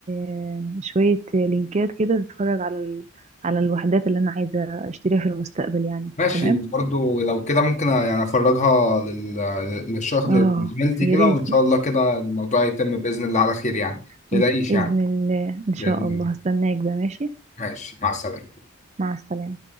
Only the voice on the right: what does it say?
آه، شويه لينكات كده تتفرج على ال... على الوحدات اللي انا عايزه اشتريها في المستقبل يعني
تمام
اه
يا
ريت
بإذن
الله إن شاء
الله هستناك بقى ماشي
مع السلامة